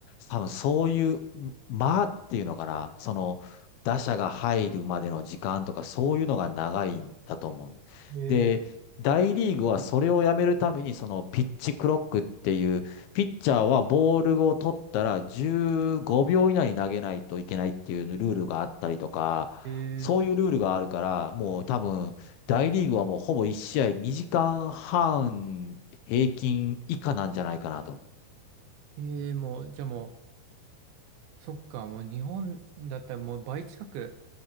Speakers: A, on the left; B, on the right.
A: 多分そういう、間っていうのかな、その、打者が入るまでの時間とか、そういうのが長いんだと思う。
B: で、
A: で、大リーグはそれをやめるために、そのピッチクロックっていう、ピッチャーはボールを取ったら15秒以内に投げないといけないっていうルールがあったりとか、
B: えー
A: そういうルールがあるから、もう多分、大リーグはもうほぼ1試合2時間半平均以下なんじゃないかなと思う。
B: えー、もう、じゃあもう、そっか、もう日本だったらもう倍近く